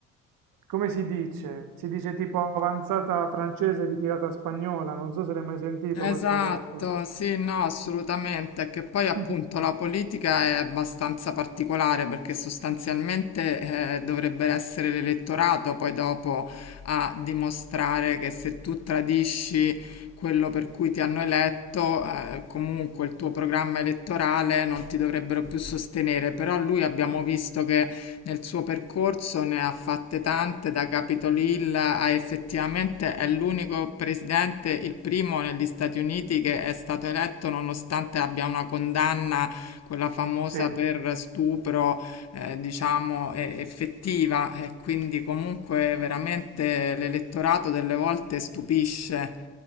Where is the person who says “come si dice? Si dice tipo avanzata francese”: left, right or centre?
Right